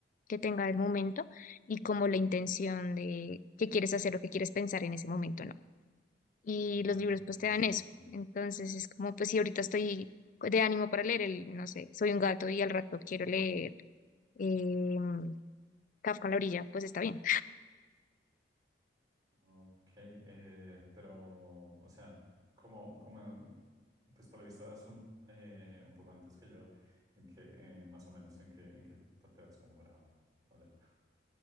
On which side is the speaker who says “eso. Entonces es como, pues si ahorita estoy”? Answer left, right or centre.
Left